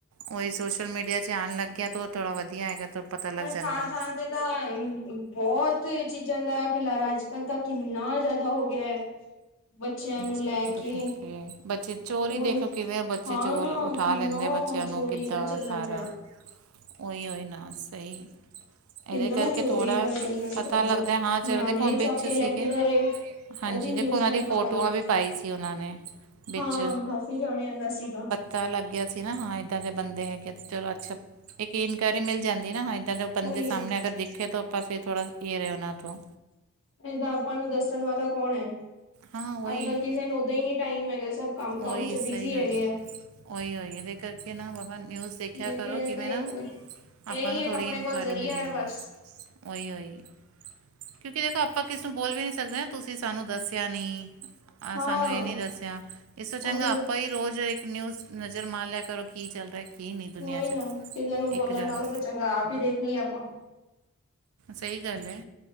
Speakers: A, on the right (about 70°); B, on the left (about 60°).
A: ਉਹੀ ਸੋਸ਼ਲ ਮੀਡੀਆ ਚ ਆਉਣ ਲੱਗਿਆ ਤਾਂ ਉਹ ਥੋੜਾ ਵਧੀਆ ਹੈਗਾ ਪਤਾ ਲੱਗ ਜਾਂਦਾ
B: ਥਾਂ
A: ਹੈ।
B: ਥਾਂ ਤਾਂ ਬਹੁਤ ਚੀਜ਼ਾਂ ਦਾ ਖਿਲਾਰਾ ਅੱਜ ਕੱਲ ਤਾਂ ਕਿੰਨਾ ਜ਼ਿਆਦਾ ਹੋ ਗਿਆ। ਬੱਚਿਆਂ
A: ਬ
B: ਨੂੰ ਲੈ ਕੇ
A: ਬੱਚੇ ਚੋਰ
B: ਹੋਰ
A: ਹੀ ਦੇਖੋ ਕਿਵੇਂ ਆ ਬੱਚੇ
B: ਹਾਂ
A: ਚੋਰ
B: ਨਾ
A: ਉਠਾ
B: ਕਿੰਨਾ
A: ਲੈਂਦੇ ਆ ਬੱਚਿਆਂ
B: ਚੋਰੀ
A: ਨੂੰ ਕਿੱਦਾਂ
B: ਦਾ ਚੱਲਣ
A: ਸਾਰਾ
B: ਡਿਆ
A: ਔ ਹੀ ਨਾ ਸਹੀ ਇਹਦੇ
B: ਕਿੰਨਾ
A: ਕਰਕੇ
B: ਚੋਰੀ
A: ਥੋੜ੍ਹਾ
B: ਦਾ ਚੱਲਣ
A: ਪਤਾ
B: ਡਿਆ
A: ਲੱਗਦਾ
B: ਵਾ
A: ਹਾਂ ਚੱਲ
B: ਨਿਆਣੇ
A: ਦੇਖਣ ਵਿੱਚ
B: ਚੱਕ ਕੇ
A: ਸੀਗੇ।
B: ਲੈ ਕੇ ਜਾ ਰਹੇ
A: ਹਾਂਜੀ
B: ਉਹ ਵੀ
A: ਦੇਖੋ
B: ਨਿਊਜ਼
A: ਉਹਨਾਂ
B: ਰਾਹੀਂ
A: ਦੀ ਫੋਟੋਆਂ
B: ਪਤਾ ਲੱਗਦਾ
A: ਵੀ ਪਾਈ ਸੀ ਉਹ ਨੇ ਵਿੱਚ
B: ਹਾਂ ਕਾਫ਼ੀ ਜਾਣਿਆਂ ਦਾ ਸੀਗਾ
A: ਤਾਂ ਲੱਗ ਗਿਆ ਸੀ ਨਾ ਹਾਂ ਇੱਦਾਂ ਦੇ ਬੰਦੇ ਹੈਗੇ ਤੇ ਚਲੋ ਅੱਛਾ ਇੱਕ ਇਨਕੁਆਇਰੀ ਮਿਲ ਜਾਂਦੀ ਨਾ ਹਾਂ ਜਦੋਂ ਬੰਦੇ
B: ਉਹੀ
A: ਸਾਹਮਣੇ ਅਗਰ ਦੇਖੇ ਤੋ ਆਪਾਂ ਫਿਰ ਥੋੜਾ ਇਹ ਰਹੇ ਉਹਨਾਂ ਤੋਂ
B: ਇਹਦਾ ਆਪਾਂ ਨੂੰ ਦੱਸਣ ਵਾਲਾ ਕੌਣ ਏ
A: ਹਾਂ ਉਹੀ
B: ਅੱਜ ਕੱਲ ਕਿਸੇ ਨੂੰ ਉਦਾਂ ਹੀ ਨੀ ਟਾਈਮ ਹੈਗਾ ਸਭ ਕੰਮ
A: ਉਹੀ
B: ਕੰਮ ਚ ਬਿਜੀ
A: ਸਹੀ ਗੱਲ
B: ਹੈਗੇ
A: ਹੈ
B: ਆ ਏ
A: ਉਹੀ ਉਹੀ ਇਹਦੇ ਕਰਕੇ ਨਾ ਵਾਵਾ ਨਿਊਜ਼ ਦੇਖਿਆ
B: ਲੇਕਿਨ
A: ਕਰੋ ਕਿਵੇਂ
B: ਤੇ
A: ਨਾ
B: ਇਹੀ
A: ਆਪਾਂ ਨੂੰ ਥੋੜ੍ਹੀ
B: ਇੱਕ ਆਪਣੇ
A: ਇਨਕੁਆਇਰੀ
B: ਕੋਲ ਜ਼ਰੀਆ
A: ਮਿਲੀ
B: ਹੈ
A: ਰਹੇ
B: ਬਸ
A: ਉਹੀ ਉਹੀ ਕਿਉਂਕਿ ਦੇਖੋ ਆਪਾਂ ਕਿਸੇ ਨੂੰ ਬੋਲ ਵੀ ਨੀ ਸਕਦੇ ਨਾ ਤੁਸੀਂ ਸਾਨੂੰ ਦੱਸਿਆ ਨੀ ਆਹ
B: ਹਾਂ
A: ਸਾਨੂੰ ਇਹ ਨੀ ਦੱਸਿਆ ਇਸ ਤੋਂ ਚੰਗਾ
B: ਉਹੀ
A: ਆਪਾਂ ਹੀ ਰੋਜ਼ ਇੱਕ ਨਿਊਜ਼ ਨਜ਼ਰ ਮਾਰ ਲਿਆ ਕਰੋ ਕੀ ਚੱਲ ਰਿਹਾ ਕੀ ਨਹੀਂ ਦੁਨੀਆ
B: ਓਈ
A: 'ਚ
B: ਨਾ ਕਿਸੇ ਨੂੰ ਬੋਲਣ
A: ਇੱਕ ਹਜ਼ਾਰ
B: ਨਾਲੋ ਤਾਂ ਚੰਗਾ ਆਪ ਹੀ ਦੇਖ ਲਈਏ ਆਪਾਂ
A: ਸਹੀ ਗੱਲ ਏ